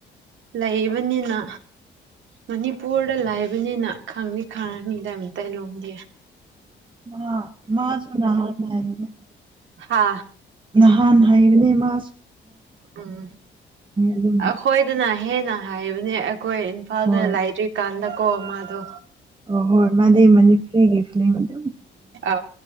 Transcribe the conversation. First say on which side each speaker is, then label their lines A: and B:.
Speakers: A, on the right; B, on the right.
A: ꯂꯩꯕꯅꯤꯅ ꯃꯅꯤꯄꯨꯔꯗ ꯂꯥꯏꯕꯅꯤꯅ ꯈꯪꯅꯤ ꯈꯪꯉꯅꯤꯗ ꯃꯤꯇꯩ ꯂꯣꯟꯗꯤ
B: ꯑ ꯃꯥ ꯁꯅꯥ <unintelligible>
A: ꯍꯥ
B: ꯅꯍꯥꯟ ꯍꯥꯏꯕꯅꯦ ꯃꯥ
A: ꯎꯝ
B: ꯑꯗꯨꯝ
A: ꯑꯈꯣꯏꯗꯅ ꯍꯦꯟꯅ ꯍꯥꯏꯕꯅꯦ ꯑꯩꯈꯣꯏ ꯏꯝꯐꯥꯜꯗ
B: ꯍꯣꯏ
A: ꯂꯥꯏꯔꯤꯀꯥꯟꯗꯀꯣ ꯃꯥꯗꯣ
B: ꯑꯣ ꯍꯣꯏ ꯃꯥꯗꯤ ꯃꯅꯤꯄꯔꯤꯒꯤ ꯐꯤꯂꯤꯝ ꯑꯗꯨ
A: ꯑ